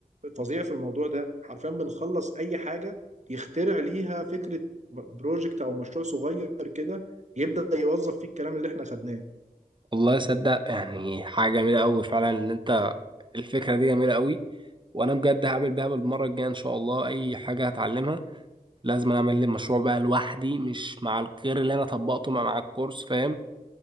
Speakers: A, on the right; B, on the right.
A: فظيع في الموضوع ده حرفيا بنخلص اي حاجه يخترع ليها فكره بروجكت او مشروع صغير كده يبدا يوظف فيه الكلام اللي احنا خدناه
B: والله صدق يعني حاجه جميله قوي فعلا ان انت الفكره دي جميله قوي وانا بجد هعمل بيها بالمره الجايه ان شاء الله اي حاجه هتعلمها لازم أنا اعمل لي مشروع بقى لوحدي مش مع الغير اللي انا طبقته مع مع الكورس فاهم